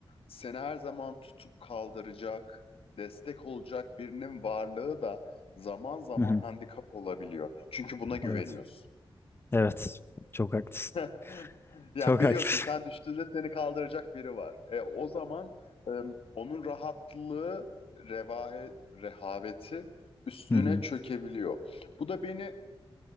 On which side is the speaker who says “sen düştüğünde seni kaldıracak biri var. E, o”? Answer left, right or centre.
Left